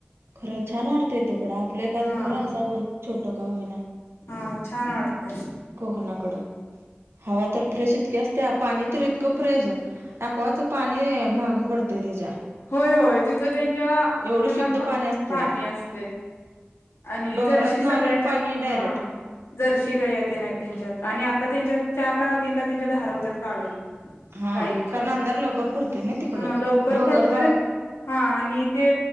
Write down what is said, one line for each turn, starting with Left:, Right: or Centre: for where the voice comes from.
Right: खरं छान वाटतंय तिकडं आपलं एखादं
Left: हा
Right: घर असावं छोटं का होईना.
Left: हा छान वाटतय.
Right: कोकनाकडं. हवा तर फ्रेश इतकीे असत्या पाणी तर इतकं फ्रेश आकवाच पाणी महाग पडतेय त्याच्या.
Left: होय होय तिथं त्यांच्या
Right: एवढं
Left: हेना
Right: शुद्ध
Left: पाणी
Right: असतंय
Left: असते. आणि
Right: डोंगरातनं
Left: जर्शी सगळ्यांच्या
Right: आलेलं पाणी डायरेक्ट
Left: हां जर्शी गायी आतेन. नायत त्यांच्यात आणि आता त्यांच्या चार ला का तीन ला त्यांच्या धारा होत्या काढून.
Right: हा
Left: गायींच्या
Right: कारण अंधार लवकर पडतय ना तिकडं
Left: हा लवकर
Right: डोंगर
Left: पडतोय
Right: भाग
Left: हा आणि ते